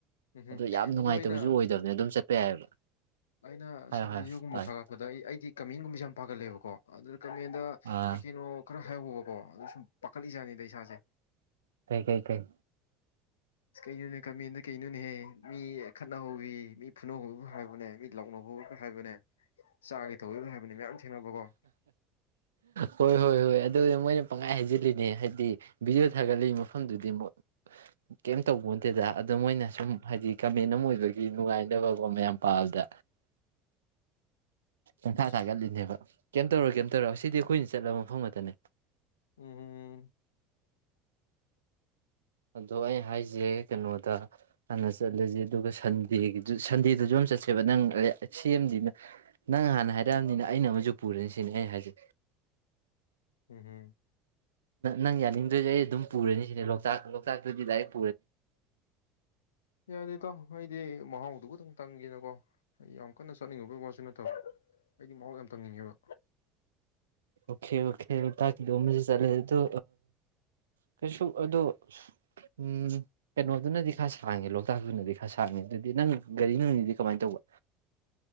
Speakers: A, on the left (about 85°); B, on the right (about 85°).
A: ꯎꯝꯝ
B: ꯌꯥꯝ ꯅꯨꯡꯉꯥꯏꯇꯕꯁꯨ
A: ꯑꯗꯣ ꯑꯩꯅ
B: ꯑꯣꯏꯗꯕꯅꯦ ꯑꯗꯨꯝ ꯆꯠꯄ ꯌꯥꯏꯑꯕ
A: ꯑꯩꯅ
B: ꯍꯥꯏꯌꯣ
A: ꯁꯨꯝ
B: ꯍꯥꯏꯌꯣ
A: ꯚꯤꯗꯤꯑꯣꯒꯨꯝꯕ
B: ꯇꯥꯏ
A: ꯊꯥꯒꯠꯄꯗ ꯑꯩ ꯑꯩꯗꯤ ꯀꯝꯃ‌ꯦꯟꯒꯨꯝꯕꯁꯦ ꯌꯥꯝ ꯄꯥꯒꯜꯂ‌ꯦꯕꯀꯣ ꯑꯗꯨ ꯀꯃ‌ꯦꯟꯗ
B: ꯑꯥ
A: ꯀꯩ ꯀꯩꯅꯣ ꯈꯔ ꯍꯥꯏꯍꯧꯕꯀꯣ ꯑꯗꯨ ꯁꯨꯝ ꯄꯥꯈꯠꯂꯤꯖꯥꯠꯅꯤꯗ ꯏꯁꯥꯁꯦ
B: ꯀꯩ ꯀꯩ ꯀꯩ
A: ꯀꯩꯅꯣꯅꯦ ꯀꯃꯦꯟꯗ ꯀꯩꯅꯣꯅꯦꯍꯦ ꯃꯤ <unintelligible> ꯃꯤ ꯐꯨꯅꯧꯕꯨ ꯍꯥꯏꯕꯅꯦ ꯃꯤ ꯂꯥꯎꯅꯧꯕꯕꯨ ꯍꯥꯏꯕꯅꯦ ꯆꯥꯒꯦ ꯇꯧꯗꯣꯏꯅꯦ ꯍꯥꯏꯕꯅꯤ ꯃꯌꯥꯝ ꯊꯦꯡꯅꯕꯀꯣ
B: ꯍꯣꯏ ꯍꯣꯏ ꯍꯣꯏ ꯑꯗꯨꯅ ꯃꯣꯏꯅ ꯄꯪꯉꯥꯏ ꯍꯥꯏꯩꯖꯤꯜꯂꯤꯅꯦ ꯍꯥꯏꯗꯤ ꯚꯤꯗꯤꯑꯣ ꯊꯥꯒꯠꯂꯤ ꯃꯐꯝꯗꯨꯗꯤ ꯀꯩꯝ ꯇꯠꯇꯦꯗ ꯑꯗꯣ ꯃꯣꯏꯅ ꯁꯨꯝ ꯍꯥꯏꯗꯤ ꯀꯃꯦꯟ ꯑꯃ ꯑꯣꯏꯕꯒꯤ ꯅꯨꯡꯉꯥꯏꯅꯕ ꯄꯪꯊꯥ
A: ꯑꯁ
B: ꯊꯥꯒꯠꯂꯤꯅꯦꯕ ꯀꯩꯝ ꯇꯧꯔꯣ ꯀꯩꯝ ꯇꯧꯔ ꯁꯤꯗꯤ ꯑꯩꯈꯣꯏꯅ ꯁꯤ ꯆꯠꯂꯕ ꯃꯐꯝ ꯉꯥꯛꯇꯅꯦ
A: ꯎꯝ ꯎꯝ
B: ꯑꯗꯣ ꯑꯩ ꯍꯥꯏꯁꯦ ꯀꯩꯅꯣꯗ ꯍꯥꯟꯅ ꯆꯠꯂꯁꯦ ꯑꯗꯨꯒ ꯁꯟꯗꯦꯒꯤꯗꯨ ꯁꯟꯗꯦꯗꯁꯨ ꯌꯥꯝ ꯆꯠꯁꯦꯕ ꯅꯪ ꯁꯦꯝꯗꯤ ꯅꯪ ꯍꯥꯟꯅ ꯍꯥꯏꯔꯛꯑꯕꯅꯤꯅ ꯑꯩꯅ ꯑꯃꯁꯨ ꯄꯨꯔꯦꯅꯤ ꯁꯤꯅꯤ ꯑꯩ ꯍꯥꯏꯁꯦ
A: ꯎꯝꯝ
B: ꯅꯪ ꯌꯥꯅꯤꯡꯗ꯭ꯔꯗꯤ ꯑꯩ ꯑꯗꯨꯝ ꯄꯨꯔꯅꯤ ꯁꯤꯅꯦ ꯂꯣꯛꯇꯥꯛ <unintelligible>
A: ꯌꯥꯔꯦ ꯏꯇꯥꯎ ꯑꯩꯗꯤ ꯃꯍꯥꯎ ꯑꯗꯨꯛꯇꯪ ꯇꯪꯒꯦꯅꯀꯣ ꯑꯩ ꯌꯥꯝ ꯀꯟꯅ ꯆꯠꯅꯤꯡꯉꯤꯕꯩ ꯋꯥꯁꯨ ꯅꯠꯇꯕ ꯑꯩꯗꯤ ꯃꯍꯥꯎ ꯌꯥꯝ ꯇꯪꯅꯤꯡꯉꯦꯕ
B: ꯑꯣꯀꯦ ꯑꯣꯀꯦ ꯂꯣꯇꯥꯛꯀꯤꯗꯨ ꯑꯃꯥꯗꯤ ꯆꯠꯂꯥ ꯇꯨ ꯀꯩꯁꯨ ꯑꯗꯣ ꯎ ꯀꯩꯅꯣꯗꯨꯅꯗꯤ ꯈꯔ ꯁꯥꯡꯉꯦ ꯂꯣꯛꯇꯥꯛꯇꯅꯗꯤ ꯈꯔ ꯁꯥꯡꯉꯦ ꯑꯗꯨꯗꯤ ꯅꯪ ꯒꯥꯔꯤ ꯅꯪꯅꯤꯗꯤ ꯀꯃꯥꯏꯅ ꯇꯧꯕ